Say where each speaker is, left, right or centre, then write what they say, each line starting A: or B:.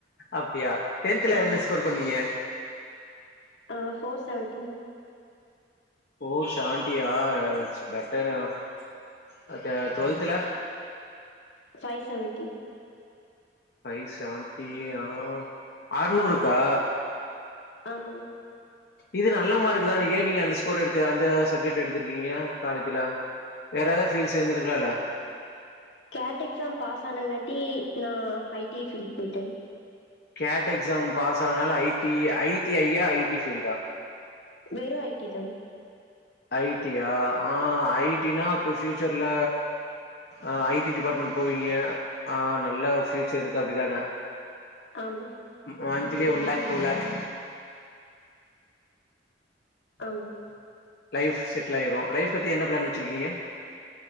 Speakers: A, on the left; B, on the left.
A: அப்டியா டென்த்ல
B: ஆமா
A: என்ன ஸ்கோர் பண்ணீங்க
B: ஆ் ஃபோர் செவன்டி
A: ஃபோர் செவன்டியா பெட்டருதா டுவெல்த்ல
B: ஃபை செவன்ட்டி
A: ஃபை செவன்ட்டி ஆ அறுநூறுக்கா
B: ஆமாங்
A: இது நல்ல மார்க் தான ஏன் நீங்க அந்த ஸ்கோர் எடுத்து அந்த சப்ஜெக்ட் எடுத்திருக்கீங்க காலேஜ்ல வேற எதாவது ஃபீல்ட் சேந்துருக்கலால
B: கிளாட் எக்ஸாம் பாஸ் ஆனங்காட்டி நா ஐடி ஃபீல் போய்ட்ட
A: கேட் எக்ஸாம் பாஸ் ஆனால ஐடி ஐடி ஐ யா ஐடி ஃபீல்டா
B: வெறு ஐடி தா
A: ஐடியா ஆ ஐடினா அப்ப ஃபியூச்சர்ல அ ஐ டி டிபார்ட்மெண்ட் போவீங்க ஆ நல்ல ஃபியூச்சர் இருக்கு அப்டிதான
B: ஆமாங்
A: ம் monthly one lakh two lakh
B: ஆமாங்
A: லைஃப் செட்டில் ஆயிரு லைஃப் பத்தி என்ன ப்ளான் வெச்சிருக்கீங்க